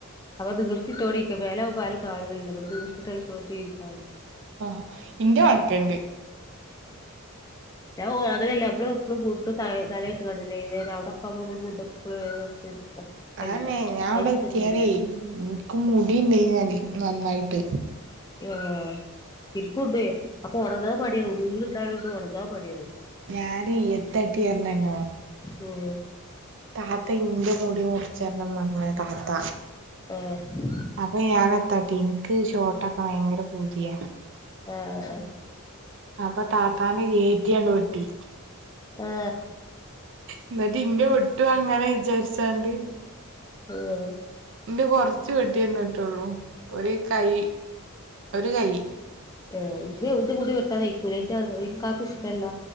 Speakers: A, on the left; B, on the right.
A: അപ്പൊ നീർത്തിട്ടോണ്ടിരിക്ക മേലാവുമ്പോ ആരും കാണൂലല്ലോ തോണ്ട് നീർത്തിട്ടുള്ള ഇരിക്കാലോ.
B: ആഹ് ഇന്റെയ് മണക്ണ്ട്.
A: ഞാന് അങ്ങനല്ല നമ്മളും എപ്പളും മുഡ് തലയിട്ട് കാണ്ടല്ലേ അവടൊ ക്കാവുമ്പോ നമ്മുഡ് എപ്പളും. ഒക്കല്ലേ
B: അയന്നെ ഞാ
A: അയച്ചിട്ടില്ലല്ലേ
B: ഇവടെ എത്തിയാലെ ഇൻക്ക് മുടിണ്ട് നന്നായിട്ട്.
A: ആഹ് ഇനിക്കുംണ്ടേയ് അപ്പൊ ഒണങ്ങാ പണിയാണ് ഉള്ളുണ്ടായൊണ്ട് ഒണങ്ങാൻ പണിയാണ്.
B: ഞാന് എത്തട്ടി ഇരണനോ.
A: ഉം.
B: താത്ത ഇന്റെ മുടി മുറിച്ചരണം പറഞ്ഞേ താത്ത.
A: ആഹ്.
B: അപ്പൊ ഞാൻ എത്താട്ടി എനിക്ക് ഷോട്ടക്കാൻ ഭയങ്കര പൂതിയ.
A: ആഹ് ആഹ്
B: അപ്പൊ താത്താനെ കേറ്റിയങ്ങ് വെട്ടി.
A: ആഹ്!
B: എന്നിട്ട് ഇന്റെ വെട്ടും അങ്ങനെ വിചാരിച്ചാണ്ട്
A: അഹ്‌.
B: ഇന്റെ കൊറച്ച് വെട്ടിയന്നിട്ടൊള്ളൂ ഒരു കൈ ഒരു കൈ.
A: ഏ ഇത് എവടിം മുടി വെട്ടാനയക്കുല ഈ ഇക്കാക്ക്‌ ഇഷ്ടല്ല.